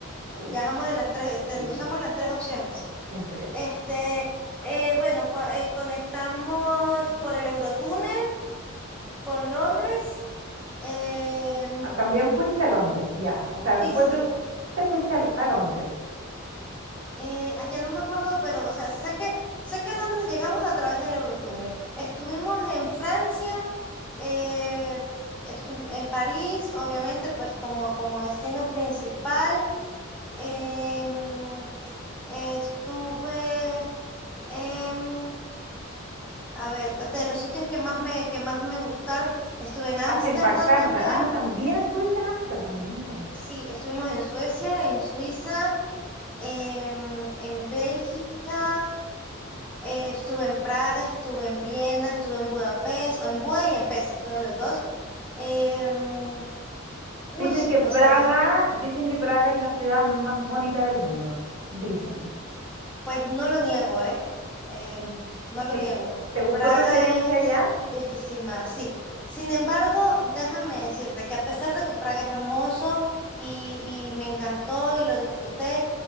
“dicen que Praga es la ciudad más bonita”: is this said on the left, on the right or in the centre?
Right